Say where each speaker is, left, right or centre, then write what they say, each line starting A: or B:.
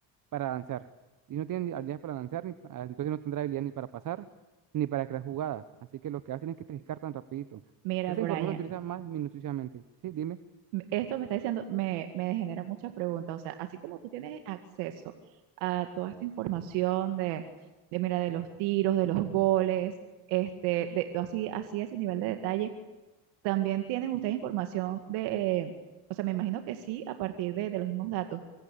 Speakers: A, on the right; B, on the right.
A: para lanzar. Y no tiene ni habilidad para lanzar, ni pa- entonces no tendrá habilidad ni para pasar, ni para crear jugadas. Así que lo que hacen es que te descartan rapidito.
B: Mira,
A: Esa
B: Brian,
A: información se utiliza más minuciosamente. Sí, dime.
B: m- esto me está diciendo, me, me genera muchas preguntas. O sea, así como tú tienes acceso a toda esta información de, de mira, de los tiros, de los goles, este, de todo así, así ese nivel de detalle, también tienen ustedes información de, eh, o sea, me imagino que sí, a partir de, de los mismos datos